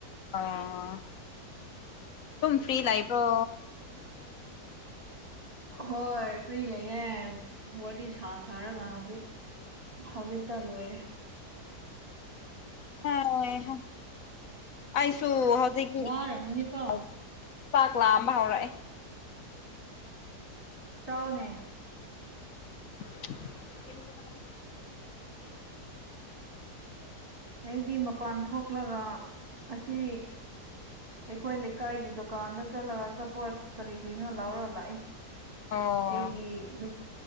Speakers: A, on the left; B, on the right.
A: ꯑꯣ ꯁꯨꯝ ꯐ꯭ꯔꯤ ꯂꯩꯕ꯭ꯔꯣ <unintelligible>
B: ꯍꯣꯏ ꯐ꯭ꯔꯤ ꯂꯩꯌꯦ ꯋꯥꯔꯤ ꯁꯥ ꯁꯥꯔꯒ ꯍꯧꯖꯤꯛ ꯍꯧꯖꯤꯛꯇ ꯂꯣꯏꯔꯦ
A: ꯍꯥꯏ ꯍꯥ ꯑꯩꯁꯨꯨ ꯍꯧꯖꯤꯛ
B: ꯋꯥꯔꯝꯒꯅꯤꯀꯣ
A: <inaudible> ꯆꯥꯛ ꯂꯥꯝꯕ ꯍꯧꯔꯛꯑꯦ
B: ꯆꯥꯎꯅꯦ
A: <inaudible>
B: <unintelligible> ꯑꯩꯗꯤ ꯃꯄꯥꯟ ꯊꯣꯛꯂꯒ ꯑꯁꯤ ꯑꯩꯈꯣꯏ ꯂꯩ ꯀꯥꯏꯒꯤ ꯗꯨꯀꯥꯟꯗ ꯆꯠꯂꯒ ꯑꯆꯄꯣꯠ ꯀꯔꯤ ꯀꯔꯤꯅꯣ ꯂꯧꯔꯒ ꯂꯥꯛꯑꯦ
A: ꯑꯣ
B: ꯑꯩꯒꯤ ꯅꯨꯞ